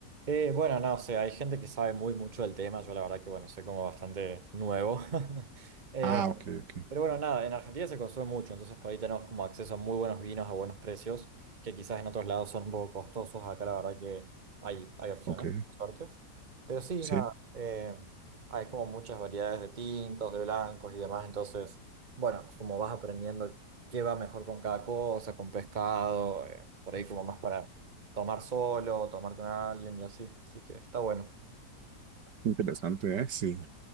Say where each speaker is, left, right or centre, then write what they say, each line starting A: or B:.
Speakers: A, on the right; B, on the right.
A: Eh, bueno, no, o sea, hay gente que sabe muy mucho del tema, yo la verdad que bueno, soy como bastante nuevo. <laughs> Eh,
B: Ah, ok, ok,
A: Pero bueno, nada, en Argentina se consume mucho, entonces por ahí tenemos como acceso a muy buenos vinos a buenos precios, que quizás en otros lados son un poco costosos, acá la verdad que hay, hay opciones,
B: ok.
A: por suerte. Pero sí,
B: Sí,
A: nada, eh, hay como muchas variedades de tintos, de blancos y demás, entonces, bueno, como vas aprendiendo qué va mejor con cada cosa, con pescado, eh, por ahí como más para tomar solo, tomar con alguien y así, así que está bueno.
B: interesante, ¿eh? Sí,